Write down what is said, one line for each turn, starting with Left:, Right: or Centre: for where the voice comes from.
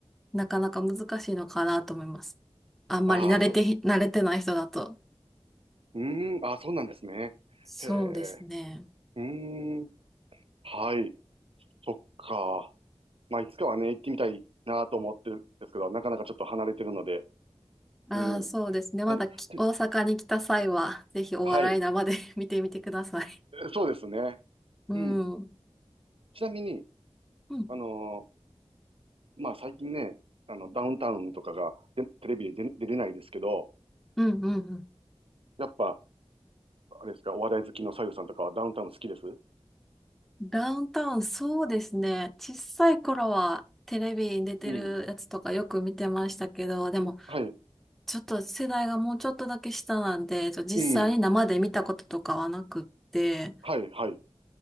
Centre: なかなか難しいのかなと思います。あんまり慣れて、
Right: ああ、そ、
Centre: 慣れてない人だと。
Right: うーん、ああ、そうなんですね。
Centre: そうですね。
Right: へえ、うーん、はい、そっか。まあ、いつかはね、行ってみたいなと思ってるんですけど、なかなかちょっと離れてるので、
Centre: ああ、
Right: うん。
Centre: そうですね。まだき大阪に来た際は、
Right: なんで、て
Centre: ぜひお笑い生で
Right: はい、
Centre: <laughs> 見てみてください。
Right: そうですね。
Centre: うん。
Right: うん。
Centre: うん。
Right: ちなみに、
Centre: うん、
Right: あのーまあ最近ね、あの、ダウンタウンとかがでテレビで出、出れないですけど、
Centre: うん、うん。
Right: やっぱ、あれですか、お笑い好きのさゆさんとかはダウンタウン好きです
Centre: ダウンタウン、そうですね。小さい頃はテレビに出てるやつとかよく見てましたけど、
Right: うん。
Centre: でも、
Right: はい。
Centre: ちょっと世代がもうちょっとだけ下なんで、ちょ実際に生で見たこととかはなくって、
Right: うん。はい、はい。